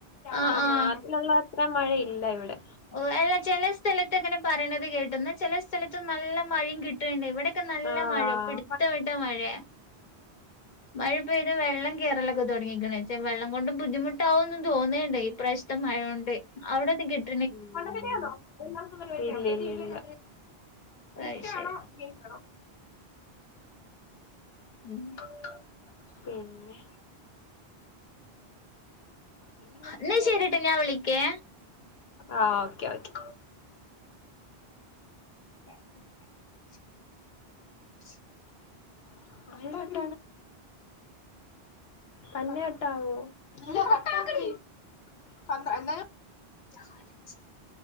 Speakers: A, on the left; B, on the left.
A: ആഹ്
B: ആ
A: ആഹ്
B: മ ലുള്ള അത്ര മഴയില്ല ഇവിടെ.
A: ഓ അല്ല ചെല സ്ഥലത്ത് അങ്ങനെ പറണത് കേട്ടു. എന്ന ചെല സ്ഥലത്ത് നല്ല മഴിം കിട്ടു ണുണ്ട് ഇവിടെക്കെ നല്ല
B: ആഹ്
A: മഴയാ. പിടുത്ത വിട്ട മഴയ. മഴ പെയ്ത് വെള്ളം കേറൽ തുടങ്ങിക്ണ്. വെള്ളം കൊണ്ട് ബുദ്ധിമുട്ടാവുന്ന തോന്നയിണ്ണ്ട് ഈ പ്രാവശ്യതെ മഴോണ്ട്. അവിടെന്ന് കിട്
B: <unintelligible> ഇല്ലിലില്ല. ഇഷ്ടാണോ
A: അത് ശരി
B: ഗെയിം ആണോ?
A: മ്മ്
B: <unintelligible> പിന്നെ. പിന്നെ
A: ന്നാ ശരിട്ടാ ഞാൻ വിളിക്കേ.
B: ആ ഓക്കെ ഓക്കെ.
A: <inaudible>
B: <unintelligible> തെന്ന കട്ട് ആവോ? കാട്ടാക്കല്ല്. <unintelligible>
A: <unintelligible>